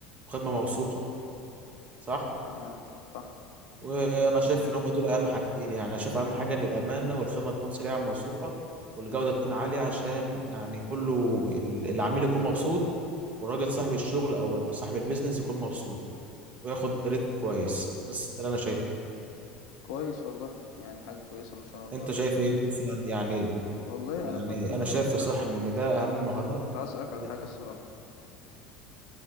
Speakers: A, on the right; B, on the left.
A: وخدمه موثوقه صح
B: تمام صح
A: وانا شايف ان هم دول اهم حاجتين يعني انا شايف اهم حاجه ان الامانه والخدمه تكون سريعه وموثوقه والجوده تكون عاليه عشان يعني كله ال- العميل يكون مبسوط والراجل صاحب الشغل او صاحب البيزنس يكون مبسوط وياخد ريت كويس بس ده اللي انا شايفه
B: كويس والله يعني حاجه كويسه ما شاء الله
A: انت شايف ايه مثلا يعني
B: والله
A: يعني
B: انا كنت عايز
A: انا شايف
B: اسالك
A: صراحة
B: على...
A: ان ده اهم مهارات
B: كنت عايز اسالك
A: اللي
B: على حاجه الصراحه